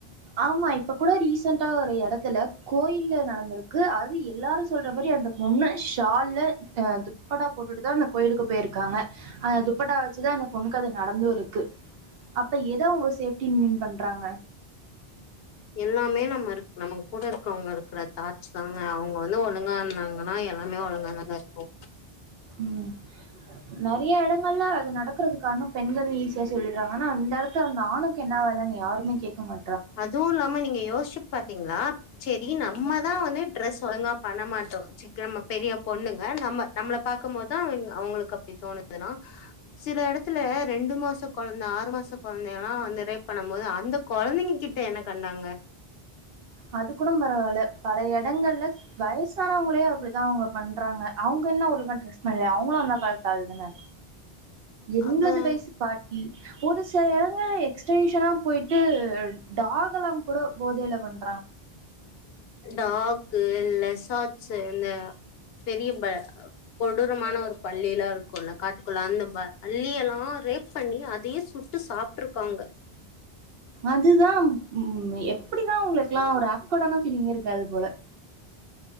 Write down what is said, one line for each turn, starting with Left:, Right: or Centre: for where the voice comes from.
Right: ஆமா இப்ப கூட ரீசெண்டா ஒரு எ எத்துல கோயில்ல நடந்திருக்கு அது எல்லாரு சொல்ற மாரி அந்த பொண்ணு ஷால்ல அ துப்படா போட்டுட்டு தா அந்த கோயிலுக்கு போய்ருக்காங்க அந்த துப்பட்டா வெச்சிதா அந்த பொண்ணுக்கு அது நடந்து இருக்கு அப்ப எத அவுங்க சேஃப்டின் மீன் பண்றாங்க
Left: எல்லாமே நம்ம இருக் நமக் கூட இருக்கவங்க இருக்கிற தாட்ச் தாங்க அவுங்க வந்து ஒழுங்கா இந்தாங்கனா எல்லாமே ஒழுங்காதாங்க இர்க்கு
Right: ம் நறையா எடங்கள்ல அது நடக்கறதுக்கானோ பெண்கள் ஈஸியா சொல்லிர்றாங்க ஆனா இந்த எடத்துல அந்த ஆணுக்கு என்ன வேலைன் யாருமே கேக்க மா
Left: அதுவு இல்லாம நீங்க யோசிச்சு ப திங்ளா சேரி நம்மதா வந்து டிரஸ் ஒழுங்கா பண்ண மாட்டோ சிக்கனம்ம பெரிய பொண்ணுங்க நம்ம நம்மள பாக்க மோத்தா அவிங் அவுங்களுக்கு அப்டி தோணுதுன்னா சில எடத்துல ரெண்டு மாச கொழந்த ஆறு மாச கொழந்தை எல்லா வந்து ரேப் பண்ணம் போது அந்த கொழந்தைங்க கிட்ட என்ன கண்டாங்க
Right: அது கூடம் பரவால பல எடங்கள்ல வயசானவங்களே அப்பிடிதா அவுங்க பண்றாங்க அவுங்க என்ன ஒழுங்கா ட்ரெஸ் பண்லியா அவுங்குளு அந்த காலத்து ஆள் தான எண்ப்ளது
Left: அதா
Right: வய்சு பாட்டி ஒரு சில் எடங்கல எக்ஸ்டென்ஷனா போய்ட்டு டாகல்லாங் கூட போதைல வந்
Left: டாகு லெசா <unintelligible> பெரிய ப கொடூரமான ஒரு பள்ளிலா இருக்குல்ல காட்டுக்குள்ள அந்த ப அள்ளி எல்லா ரேப் பண்ணி அதையே சுட்டு சாப்ட்ருக்காங்க
Right: அதுதான் ம் எப்டிதா உங்களுக்லாம் ஒரு ஆப் கோடான ஃபலிங் இருக்காது போல <inaudible>